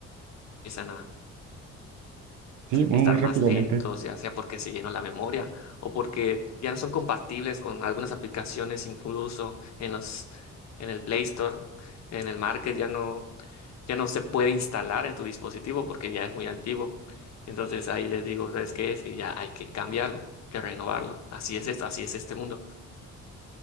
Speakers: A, on the left (about 60°); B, on the right (about 80°).
A: empiezan a
B: Sí, muy,
A: estar
B: muy rápidamente.
A: más lentos, ya sea porque se llenó la memoria o porque ya no son compatibles con algunas aplicaciones, incluso en los, en el Play Store, en el Market, ya no, ya no se puede instalar en tu dispositivo porque ya es muy antiguo. Entonces ahí les digo, ¿sabes qué? Es que ya hay que cambiarlo, que renovarlo. Así es esto, así es este mundo.